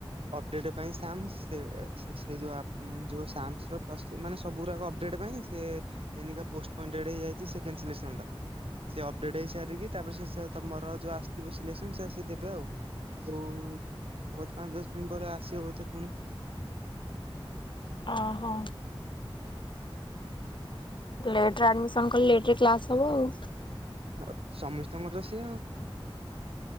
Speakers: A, on the right (about 80°); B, on the left (about 55°).
A: ଅପଡେଟ ପାଇଁସାମ୍ସ ସେ ସେ ଯଉ ଆପ ଜଉ ଶାମ୍ସର ପ୍ଲସ ମାନେ ସବୁ ଗୁଡାକ ଅପଡେଟ୍ ପାଇଁ ସେ ଏଇନିକା ପୋଷ୍ଟ ପେଣ୍ଟଏଡ଼ ସେକେଣ୍ଡ ସିଲେକ୍ସନ୍ଟା ସେ ଅପ ଅପଡେଡ଼ ହେଇସାରିକି ତାପରେ ସେ ତମର ଯୋଉ ଆସିଥିବ ସିଲେକ୍ସନ ସେରା ସେ ଦେବେ ଆଉ। ଆଉ ଆଉବୋଧେ ପାଞ୍ଚ ଦଶ ଦିନ ପରେ ଆସିବ ବୋଧେ ପୁଣି।
B: ଅ ହଁ। ଲେଟରେ ଆଡମିସନ କଲେ ଲେଟରେ କ୍ଲାସ ହବ ଆଉ।
A: ହଉ ସମସ୍ତଙ୍କର ତ ସେଇଆ ଆଉ।